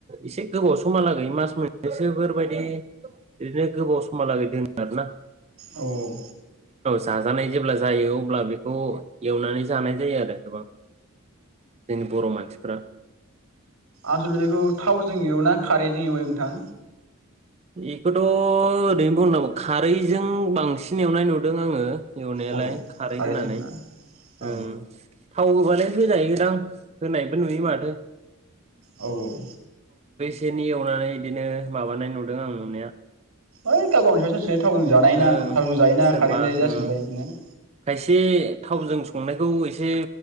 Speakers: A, on the right; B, on the right.
A: एसे गोबाव समहालागै मास मोनसेसो इफोरबायदि ओरैनो गोबाव सम माहा लागै दोनो आरो ना
B: औ औ
A: जाजानाय जेब्ला जायो अब्ला बेखौ एवनानै जानाय जायो आरो गोबां जोंनि बर' मानसिफोरा
B: आसोल'थे बेखौ थावजों एवोना खारैजों एवो नोंथां
A: बेखौथ' ओरैनो बुंनांगौ खारैजों बांसिन एवनाय नुदों आङो एवनायालाय
B: औ
A: खारै
B: खारैजों
A: होनानै
B: ना औ
A: ओम थाव होबालाय होजायो दां होनायबो नुयो माथो
B: औ औ
A: थेनि एवनानै बिदिनो माबानाय नु दों आं नुनाया
B: ओइ गाव गावनि सायावसो जासै थावजों जानाय ना
A: ओं
B: थावजों जायो ना
A: सोरबा
B: खारैजों जायो जासिगोन
A: ओं
B: दा बिदिनो
A: खायसे थावजों संनायखौ एसे